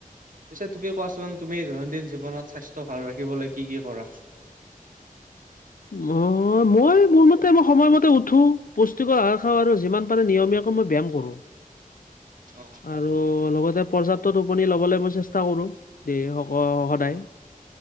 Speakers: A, on the right (about 70°); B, on the left (about 75°).
A: পিছে তুমি কোৱাচোন তুমি দৈনন্দিন জীৱনত স্বাস্থ্য ভাল ৰাখিবলৈ কি কি কৰা
B: মই মই মোৰ মতে মই সময়মতে উঠো পুষ্টিকৰ আহাৰ খাওঁ আৰু যিমান পাৰে নিয়মীয়া মই ব্যায়াম কৰোঁ
A: অ
B: আৰু লগতে পৰ্যাপ্ত টোপনি ল'বলৈ মই চেষ্টা কৰো দে হক সদায়
A: অ